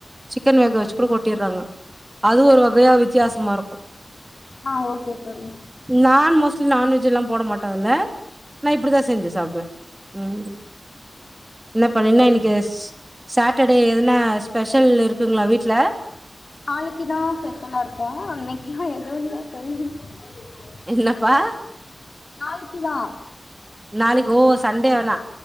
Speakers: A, on the right (about 20°); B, on the left (about 60°).
A: சிக்கன் வேக வெச்சு கூட கொட்டிட்றாங்க அது ஒரு வகையா
B: ஓகே
A: வித்தியாசமாருக்கு
B: தோழி. ஆ ஓகே தோழி
A: நான் மோஸ்ட்லி நான்வெஜ்ல்லா போட மாட்டே அதுல நா இப்படிதா செஞ்சே சாப்டுவே உம் என்ன
B: ஓகே
A: பண்ணின்னா
B: தோழி
A: இன்னைக்கு சாட்டர்டே எதுனா ஸ்பெஷல் இருக்குங்களா வீட்ல
B: நாளைக்குதா ஸ்பெஷலா இருக்கு இன்னைக்கில்லா <unintelligible>
A: என்னப்பா
B: நாளிக்கிதா
A: நாளிக்கு ஓ சண்டேவனா